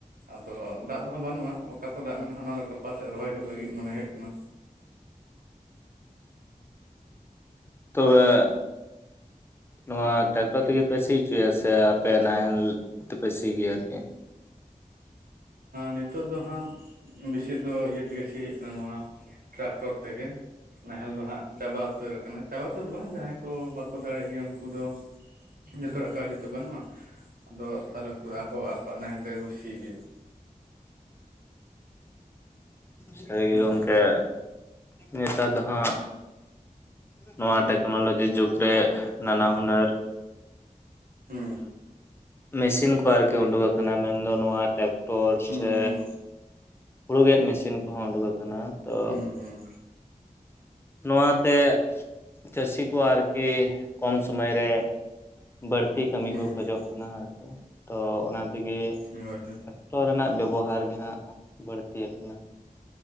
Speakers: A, on the right (about 80°); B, on the left (about 15°).
A: ᱟᱫᱚ ᱫᱟᱜ ᱫᱚᱦᱚ ᱵᱟᱹᱱᱩᱜᱼᱟ ᱚᱠᱟ ᱠᱚ ᱫᱟᱜ ᱢᱮᱱᱟᱜᱼᱟ ᱚᱱᱟ ᱫᱚ ᱜᱟᱯᱟ ᱥᱮᱫ ᱨᱚᱦᱚᱭ ᱦᱩᱭᱩᱜ ᱞᱟᱹᱜᱤᱫ ᱢᱚᱱᱮ ᱦᱩᱭᱩᱜ ᱠᱟᱱᱟ᱾
B: ᱛᱚᱵᱮ ᱱᱚᱣᱟ ᱴᱨᱟᱠᱴᱚᱨ ᱛᱮᱜᱮ ᱯᱮ ᱥᱤ ᱦᱚᱪᱚᱭᱟ ᱥᱮ ᱟᱯᱮ ᱱᱟᱦᱮᱞ ᱛᱮᱯᱮ ᱥᱤ ᱜᱮᱭᱟ ᱟᱨᱠᱤ
A: ᱱᱤᱛᱚᱜ ᱫᱚ ᱦᱟᱸᱜ ᱵᱮᱥᱤ ᱫᱚ ᱤᱭᱟᱹ ᱛᱮᱜᱮ ᱥᱤ ᱱᱚᱣᱟ ᱴᱨᱟᱠᱴᱚᱨ ᱛᱮᱜᱮ ᱱᱟᱦᱮᱞ ᱫᱚ ᱦᱟᱸᱜ ᱪᱟᱵᱟ ᱩᱛᱟᱹᱨ ᱟᱠᱟᱱᱟ᱾ ᱪᱟᱵᱟ ᱩᱛᱟᱹᱨ ᱫᱚ ᱵᱟᱝ ᱡᱟᱦᱟᱸᱭ ᱠᱚ ᱵᱟᱠᱚ ᱫᱟᱲᱮᱭᱟᱜ ᱜᱮᱭᱟ ᱩᱱᱠᱩ ᱫᱚ ᱡᱚᱛᱚᱣᱟᱜ ᱠᱟᱹᱣᱰᱤ ᱛᱚ ᱵᱟᱹᱱᱩᱜᱼᱟ ᱟᱫᱚ ᱛᱟᱞᱦᱮ ᱩᱱᱠᱩ ᱫᱚ ᱟᱠᱚ ᱟᱠᱚᱣᱟᱜ ᱱᱟᱦᱮᱞ ᱛᱮᱜᱮ ᱠᱚ ᱥᱤ ᱜᱮᱭᱟ᱾
B: ᱥᱟᱹᱨᱤ ᱜᱮ
A: ᱦᱩᱸ
B: ᱜᱚᱢᱠᱮ ᱱᱮᱛᱟᱨ ᱫᱚ ᱦᱟᱸᱜ ᱱᱚᱣᱟ ᱴᱮᱠᱱᱳᱞᱚᱡᱤ ᱡᱩᱜᱽ ᱨᱮ ᱱᱟᱱᱟ ᱦᱩᱱᱟᱹᱨ
A: ᱦᱩᱸ
B: ᱢᱮᱥᱤᱱ ᱠᱚ ᱟᱨᱠᱤ ᱩᱰᱩᱠ ᱟᱠᱟᱱᱟ ᱢᱮᱱᱫᱚ ᱱᱚᱣᱟ ᱴᱟ ᱴᱚᱨ
A: ᱦᱩᱸ
B: ᱥᱮ
A: ᱦᱩᱸ
B: ᱦᱩᱲᱩ ᱜᱮᱫ ᱢᱮᱥᱤᱱ ᱠᱚᱦᱚᱸ ᱩᱰᱩᱠ ᱟᱠᱟᱱᱟ ᱛᱚ
A: ᱦᱩᱸ ᱦᱩᱸ
B: ᱱᱚᱣᱟᱛᱮ ᱪᱟᱹᱥᱤ ᱠᱚ ᱟᱨᱠᱤ ᱠᱚᱢ ᱥᱩᱢᱚᱭ ᱨᱮ ᱵᱟᱹᱲᱛᱤ ᱠᱟᱹᱢᱤ
A: ᱦᱩᱸ
B: ᱠᱚ ᱠᱷᱚᱡᱚᱜ
A: ᱦᱩᱸ ᱦᱩᱸ
B: ᱠᱟᱱᱟ ᱟᱨᱠᱤ ᱛᱚ ᱚᱱᱟ ᱛᱮᱜᱮ
A: ᱦᱳᱭ ᱦᱳᱭ
B: ᱴᱚᱨ ᱨᱮᱱᱟᱜ ᱵᱮᱵᱚᱦᱟᱨ ᱜᱮᱦᱟᱸᱜ ᱵᱟᱹᱲᱛᱤᱭᱟ ᱠᱟᱱᱟ ᱾